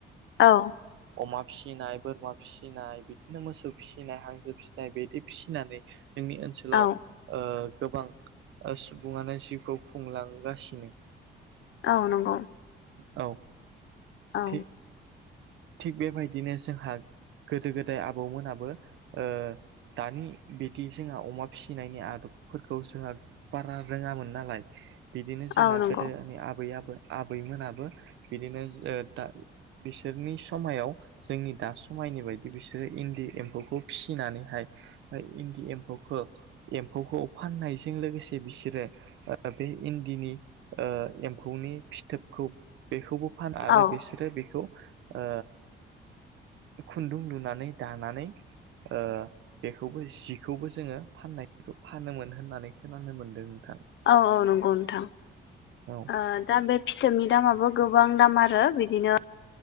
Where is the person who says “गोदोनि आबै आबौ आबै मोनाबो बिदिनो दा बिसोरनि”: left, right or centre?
Right